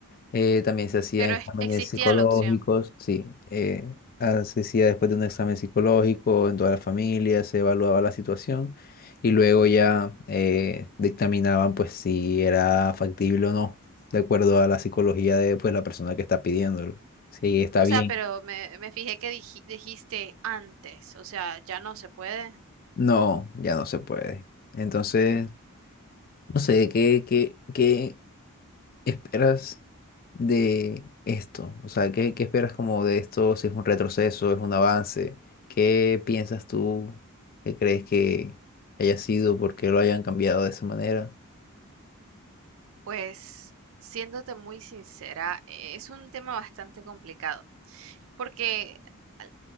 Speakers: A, on the left; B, on the right.
A: Eh, también se hacían
B: Pero
A: exámenes
B: es- existía
A: psicológicos,
B: la opción.
A: sí, eh, ah, se hacía después de un examen psicológico en toda la familia, se evaluaba la situación y luego ya eh, dictaminaban pues si era factible o no, de acuerdo a la psicología de pues la persona que está pidiéndolo, si está
B: O
A: bien.
B: sea, pero me, me fijé que dij- dijiste antes, o sea, ya no se puede.
A: No, ya no se puede. Entonces No sé, ¿qué, qué, qué esperas de esto? O sea, ¿qué, qué esperas como de esto? Si es un retroceso, es un avance. ¿Qué piensas tú? ¿Qué crees que haya sido? ¿Por qué lo hayan cambiado de esa manera?
B: Pues, siéndote muy sincera, eh, es un tema bastante complicado, porque al-